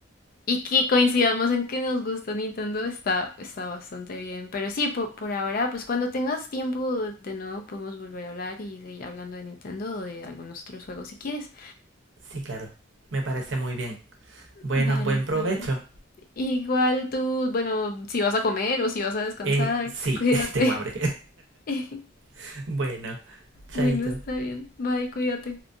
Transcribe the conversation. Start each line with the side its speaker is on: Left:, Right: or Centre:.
Left: y que coincidamos en que nos gusta Nintendo está, está bastante bien. Pero sí, po- por ahora, pues cuando tengas tiempo de nuevo podemos volver a hablar y seguir hablando de Nintendo o de algunos otros juegos si quieres.
Right: sí, claro. Me parece muy bien. Bueno,
Left: Vale,
Right: buen
Left: está
Right: provecho.
Left: bien. Igual tú, bueno, si vas a comer o si vas a descansar,
Right: Eh, sí,
Left: cuídate.
Right: <laughs> tengo hambre.
Left: <laughs>
Right: <laughs> bueno, chaito.
Left: Bueno, está bien. Bye, cuídate.